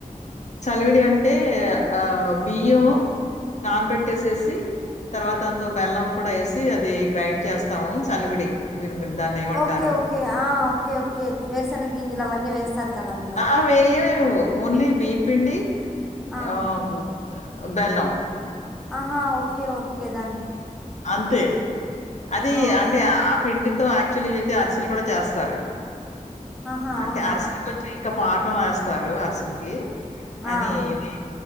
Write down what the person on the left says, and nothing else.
చలివిడి అంటే ఆ బియ్యం నానబెట్టేసేసి తర్వాత అందులొ బెల్లం కూడా యెసి అది గ్రైండ్ చేస్తాము చలివిడి మీరు మీరు దాన్నేమంటారో?
ఆ వెయ్యం మెము ఓన్లీ బీ పిండి
ఆహ్ బెల్లం
అంతే అది
అంటే ఆ పిండితో ఆ క్చులీ అయితే అరిసెలు కూడా చేస్తారు
అంటే
అరిసెలు కొంచెం ఇంకా పాకం లొ ఎస్ తారు అరిసెలకి కానీ
ఇది